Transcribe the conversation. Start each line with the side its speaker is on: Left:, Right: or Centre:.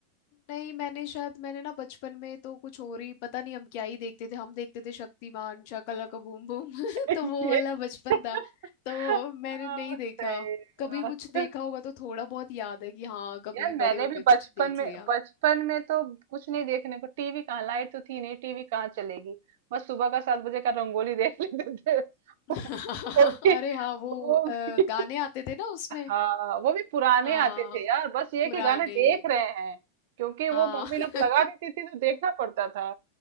Left: नहीं मैंने शायद मैंने ना बचपन में तो कुछ और ही पता नहीं हम क्या ही देखते थे हम देखते थे शक्तिमान शाकाला का बूम बूम <laughs>
Right: <laughs>
Left: तो वो
Right: ये
Left: वाला बचपन
Right: <laughs>
Left: था तो मैंने
Right: हाँ,
Left: नहीं
Right: सही
Left: देखा कभी
Right: बात
Left: कुछ देखा होगा तो थोड़ा बहुत याद है कि हाँ कभी
Right: यार मैंने
Left: बड़े होके
Right: भी
Left: कुछ
Right: बचपन
Left: देख
Right: में
Left: लिया
Right: बचपन में तो कुछ नहीं देखने को टीवी कहाँ लाइट तो थी नहीं टीवी कहाँ चलेगी बस सुबह का सात बजे का रंगोली देख लेते थे <laughs>
Left: <laughs>
Right: वो भी
Left: अरे हाँ वो
Right: वो
Left: अ,
Right: भी
Left: गाने आते थे ना उसमें
Right: हाँ वो भी पुराने
Left: हाँ
Right: आते थे यार बस ये
Left: पुराने
Right: कि गाने देख रहे हैं क्योंकि वो
Left: हाँ
Right: मम्मी लोग
Left: <laughs>
Right: लगा देती थी तो देखना पड़ता था